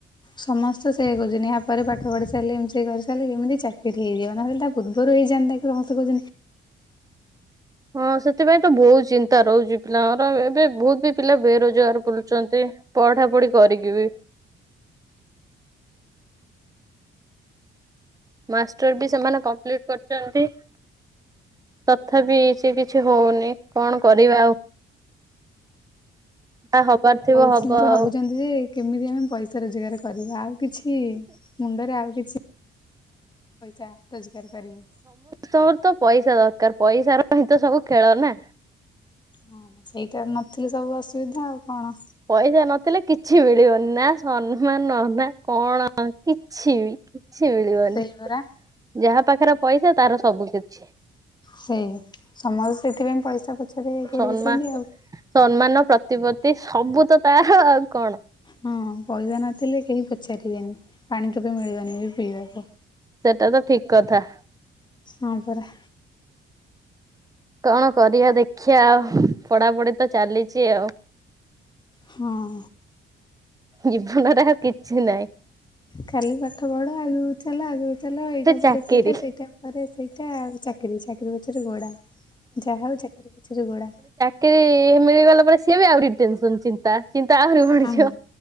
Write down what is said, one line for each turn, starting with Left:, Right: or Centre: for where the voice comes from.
Left: ସମସ୍ତେ ସେଇଆ କରୁଛନ୍ତି ଏହା ପରେ ପାଠ ପଢ଼ି ସାରିଲେ ଏମ୍ ସି ଏ କରିସାରିଲେ କେମିତି ଚାକିରି। ସେଠି ହେଇଯିବ ନହେଲେ ପୂର୍ବରୁ ହେଇଯନ୍ କି ସମସ୍ତେ କହୁଛନ୍ତି।
Right: ହଁ ସେଥିପାଇଁ ତ ବହୁତ୍ ଚିନ୍ତା ରହୁଛି ପିଲାଙ୍କର ଏବେ ବହୁତ ବି ପିଲା ବେରୋଜଗାର କରୁଚନ୍ତି। ପଢା ପଢି କରିକି ବି ମାଷ୍ଟର ବି ସେମାନେ କମ୍ପ୍ଲିଟ୍ କରଛନ୍ତି। ତଥାପି ସେ କିଛି ହଉନି କଣ କରିବା ଆଉ। ଯାହା ହବାର ଥିବ
Left: ହଉଛି
Right: ହବ ଆଉ
Left: ଭାବୁଛନ୍ତି ଯେ କେମିତି ଆମେ ପଇସା ରୋଜଗାର କରିବା ଆଉ କିଛି ମୁଣ୍ଡରେ ଆଉ କିଛି ପଇସା ରୋଜଗାର କରିବୁ
Right: ତମର ତ ପଇସା ଦରକାର ପଇସା ର ହିଁ ତ ସବୁ ଖେଳ ନା
Left: ହଁ ସେଇଟା ନଥିଲେ ସବୁ ଅସୁବିଧା ଆଉ କଣ
Right: ପଇସା ନଥିଲେ କିଛି ମିଳିବନି ନା ସମ୍ମାନ ନା କଣ କିଛି ବି, କିଛି ମିଳିବନି,
Left: ସେଇ ପରା
Right: ଯାହା ପାଖରେ ପଇସା, ତାର ସବୁ କିଛି।
Left: ସେଇ, ସମସ୍ତେ ସେଥିପାଇଁ ପଇସା ପଛରେ ଗୋଡ଼େଇଛନ୍ତି
Right: ସମ୍ମାନ
Left: ଆଉ।
Right: ସମ୍ମାନ ପ୍ରତିପତ୍ତି ସବୁ ତ ତାର ଆଉ କଣ?
Left: ହଁ ପଇସା ନଥିଲେ କେହି ପଚାରିବେନି ପାଣି ଟୋପେ ବି ମିଳିବନି ଏ ପିଇବାକୁ।
Right: ସେଟା ତ ଠିକ୍ କଥା
Left: ହଁ ପରା।
Right: କଣ କରିବା ଦେଖିବା ଆଉ ପଢାପଢି ତ ଚାଲିଛି ଆଉ
Left: ହଁ।
Right: ଜୀବନରେ ଆଉ କିଛି ନାଇଁ।
Left: ଖାଲି ପାଠ ପଢ଼ ଆଗକୁ ଚାଲ ଆଗକୁ ଚାଲ ଏଇଟା
Right: ସେ
Left: ପରେ
Right: ଚାକିରି
Left: ସେଇଟା ସେଇଟା ପ ପରେ ସେଇଟା ଆଉ ଚାକିରି ଚାକିରି ପଛରେ ଗୋଡ଼ା ଯାହା ହେଉ ଚାକିରି ପଛରେ ଗୋଡ଼ା।
Right: କିରି ମିଳିଗଲା ପରେ ସିଏ ବି ଆହୁରି ଟେନସନ ଚି ତା ଚିନ୍ତା ଆହୁରି ବଢିଯିବ
Left: ହଁ।